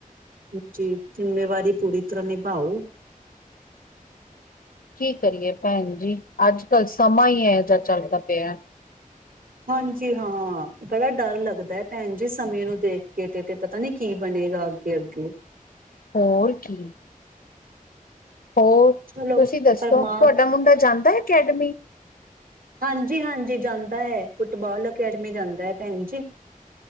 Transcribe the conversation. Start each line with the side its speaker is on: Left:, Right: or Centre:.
Right: ਜੀ ਜ਼ਿੰਮੇਵਾਰੀ ਪੂਰੀ ਤਰਾਂ ਨਿਭਾਓ।
Left: ਕੀ ਕਰੀਏ ਭੈਣ ਜੀ ਅੱਜ-ਕੱਲ ਸਮਾਂ ਈ ਏਓ ਜਾ ਚੱਲਦਾ ਪਿਆ।
Right: ਹਾਂਜੀ ਹਾਂ ਬੜਾ ਡਰ ਲੱਗਦਾ ਐ ਭੈਣ ਜੀ ਸਮੇਂ ਨੂੰ ਦੇਖ ਕੇ ਤੇ-ਤੇ ਪਤਾ ਨੀ ਕੀ ਬਣੇਗਾ ਅੱਗੇ-ਅੱਗੇ।
Left: ਹੋਰ ਕੀ। ਹੋਰ ਤੁਸੀਂ
Right: ਚਲੋ
Left: ਦੱਸੋ
Right: ਪਰ ਮਾਂ
Left: ਤੁਹਾਡਾ ਮੁੰਡਾ ਜਾਂਦਾ ਐ ਅਕੈਡਮੀ?
Right: ਹਾਂਜੀ-ਹਾਂਜੀ ਜਾਂਦਾ ਐ ਫੁੱਟਬਾਲ ਅਕੈਡਮੀ ਜਾਂਦਾ ਐ ਭੈਣ ਜੀ।